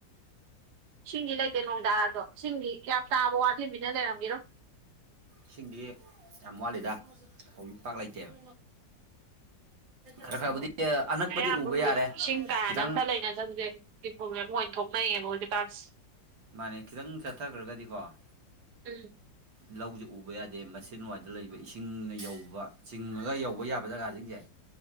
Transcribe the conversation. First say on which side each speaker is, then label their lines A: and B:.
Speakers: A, on the right; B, on the right.
A: ꯁꯤꯡꯒꯤꯗꯤ ꯂꯩꯇꯦ ꯅꯨꯡꯗꯥꯗꯣ ꯁꯤꯡꯒꯤ ꯌꯥꯝ ꯇꯥꯕ ꯋꯥꯊꯂꯤ ꯃꯤꯅ ꯂꯩꯔꯝꯒꯔꯣ
B: ꯏꯁꯤꯡꯗꯤ ꯌꯥꯝ ꯋꯥꯠꯂꯤꯗ ꯍꯧꯖꯤꯛ ꯄꯥꯛ ꯂꯩꯇꯦꯕ ꯈꯔ ꯈꯔꯕꯨꯗꯤ ꯑꯅꯛꯄꯗꯤ
A: ꯑꯌꯥꯝꯕ
B: ꯎꯕ
A: ꯍꯧꯗꯤ
B: ꯌꯥꯔꯦ
A: ꯏꯁꯤꯡ ꯀꯥꯏꯅ
B: ꯈꯤꯇꯪ
A: ꯑꯝꯇ ꯂꯩꯅ ꯆꯕꯁꯦ ꯄ꯭ꯔꯣꯕ꯭ꯂꯦꯝ ꯑꯣꯏꯅ ꯊꯣꯛꯅꯩꯌꯦꯕꯄꯥꯛꯥꯛꯁꯦ
B: ꯃꯥꯅꯦ ꯈꯤꯇꯪ ꯆꯠꯊꯈ꯭ꯔꯒꯗꯤꯀꯣ
A: ꯎꯝ
B: ꯂꯧꯁꯦ ꯎꯕ ꯌꯥꯗꯦ ꯃꯁꯤ ꯅꯨꯡꯉꯥꯏꯇ ꯂꯩꯕ ꯏꯁꯤꯡꯅ ꯌꯧꯕ ꯆꯤꯡꯉꯒ ꯌꯧꯕ ꯌꯥꯕ ꯖꯒꯥꯁꯤꯡꯁꯦ